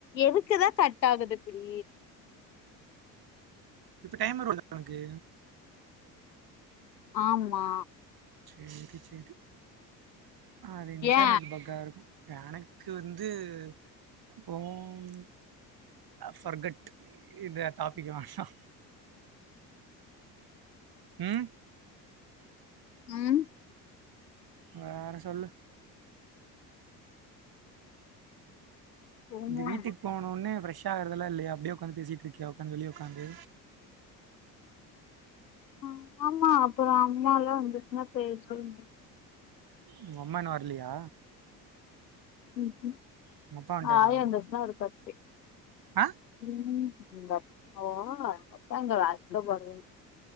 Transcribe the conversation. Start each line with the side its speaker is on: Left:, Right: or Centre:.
Left: எதுக்குதா cut ஆகுது இப்டி
Right: இப்ப டைம் வருல்ல ஒனக்கு
Left: ஆம்மா
Right: செரி செரி அது இன்டர்நெட்
Left: ஏ
Right: பக்கா இருக்கு எனக்கு வந்து இப்போம் ஃபர்கேட் இந்த டாப்பிக் வேணா ம்
Left: ம்
Right: வேற சொல்லு
Left: சும்மா
Right: இந்த வீட்டுக்கு போனோன்னே ஃப்ரஷ் ஆகுறதெல்லா இல்லயா அப்டியே உக்காந்து பேசிட்டு இருக்கியா உக்காந்து வெளிய உக்காந்து
Left: ஆ ஆமா அப்றோ அம்மாலா வந்துச்சுன்னா பேசவே முடியா
Right: உங்க அம்மா இன்னு வர்லியா
Left: ம்ஹு
Right: உங்க அப்பா வந்துட்டாரா?
Left: ஆயா வந்தாச்சுன்னா ஒரு கட்டு
Right: ஆ
Left: ம் எங்க அப்பா அப்பா <unintelligible>